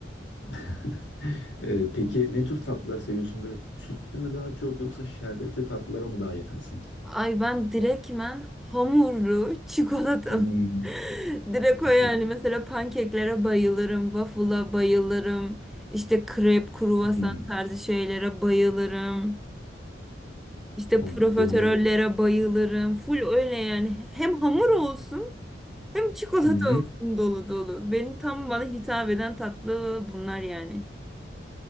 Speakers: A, on the left (about 85°); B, in the centre.
A: <laughs> Ee, peki ne tür tatlılar seviyorsun? Böyle sütlü mü daha çok yoksa şerbetli tatlılara mı daha yakınsın?
B: Ay ben direktmen hamurlu çikolatalı.
A: Hmm.
B: <laughs> Direkt
A: <laughs>
B: o yani mesela pankeklere bayılırım, waffle'a bayılırım, işte krep, kruvasan
A: Hmm.
B: tarzı şeylere bayılırım, işte
A: O-
B: profiterollere
A: Bunları
B: bayılırım. Full öyle yani hem hamur olsun hem çikolata
A: hı hı.
B: olsun dolu dolu. Benim tam bana hitap eden tatlı bunlar yani.